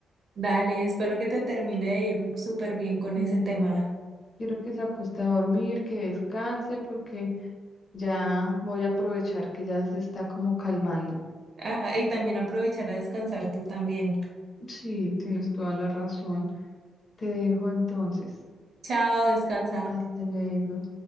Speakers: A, on the right; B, on the left.
A: Dale, espero que te termine
B: Porque
A: de ir súper bien con
B: mm,
A: ese tema.
B: quiero que se acueste a dormir, que descanse, porque ya voy a aprovechar que ya se está como calmando.
A: Ajá, y también aprovechar a descansar tú también.
B: Sí, tienes toda la razón. Te dejo entonces.
A: Chao, descansa.
B: Hasta luego.